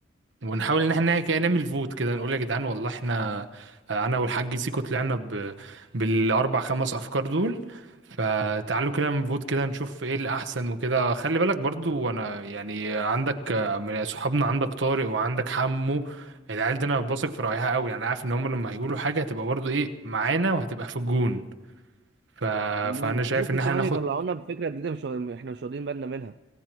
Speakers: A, on the right; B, on the right.
A: ونحاول ان احنا كده نعمل فوت كده نقول يا جدعان والله احنا انا والحاج سيكو طلعنا ب... بالاربع خمس افكار دول فتعالوا كده نفوت كده نشوف ايه الاحسن وكده خلي بالك برضو انا يعني عندك من صحابنا عندك طارق وعندك حمو العيال دي انا بثق في رايها قوي يعني عارف ان هم لما هيقولوا حاجه هتبقى برضو ايه معانا وهتبقى في الجون ف...
B: مم.
A: فانا شايف
B: ممكن
A: ان احنا
B: كمان
A: ناخد
B: يطلعونا بفكرة جديدة مش احنا مش واخدين بالنا منها